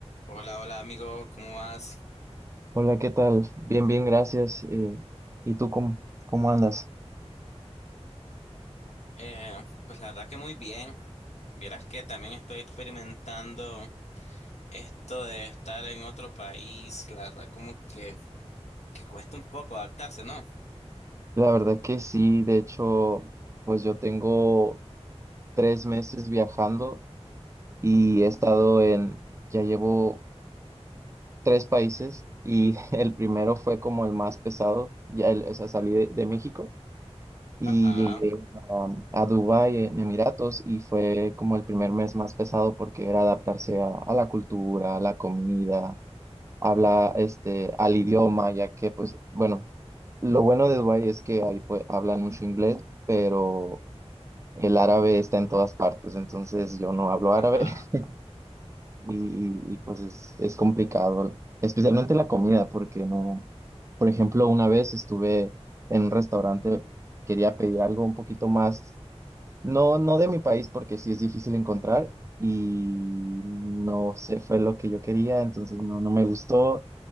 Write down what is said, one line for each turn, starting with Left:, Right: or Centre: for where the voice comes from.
Left: Hola, hola amigo, ¿cómo vas?
Right: Hola, ¿qué tal? Bien, bien, gracias. Eh, ¿y tú cómo, cómo andas?
Left: Eh, pues la verdad que muy bien. Vieras que también estoy experimentando esto de estar en otro país. La verdad como que, que cuesta un poco adaptarse, ¿no?
Right: La verdad que sí, de hecho, pues yo tengo tres meses viajando y he estado en, ya llevo tres países y <laughs> el primero fue como el más pesado, ya el- o sea, salí de, de México y
Left: Ajá,
Right: llegué um, a Dubái en Emiratos y fue como el primer mes más pesado porque era adaptarse a, a la cultura, a la comida habla este al idioma, ya que pues bueno, Lo bueno de Dubái es que ahí pues, hablan mucho inglés, pero el árabe está en todas partes, entonces yo no hablo árabe
Left: ajá.
Right: <laughs> y, y- y, pues es, es complicado, especialmente la comida, porque no, por ejemplo, una vez estuve en un restaurante, quería pedir algo un poquito más, no, no de mi país, porque sí es difícil encontrar y no sé, fue lo que yo quería, entonces no, no me gustó